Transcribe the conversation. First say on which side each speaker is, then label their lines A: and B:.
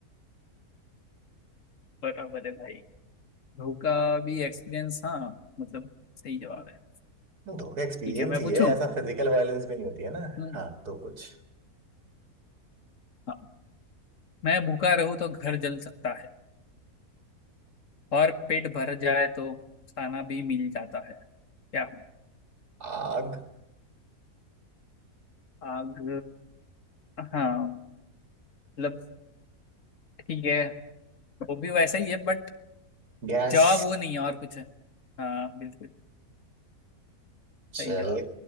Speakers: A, on the left; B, on the right.
A: बराबर है भाई ध्रुव का भी एक्सपीरियंस हाँ मतलब सही जवाब है
B: नहीं, धोखा एक्सपीरियंस
A: ठीक है मैं
B: ही
A: पूछूं
B: है ऐसा फिजिकल वायलेंस भी नहीं होती है ना
A: हम्म,
B: हाँ तो कुछ
A: हाँ मैं भूखा रहूं तो घर जल सकता है और पेट भर जाए तो खाना भी मिल जाता है क्या हूँ
B: आग
A: आग हाँ मतलब ठीक है वो भी वैसा ही है बट
B: गैस
A: जवाब वो नहीं है और कुछ है हाँ बिल्कुल
B: चल
A: सही जवाब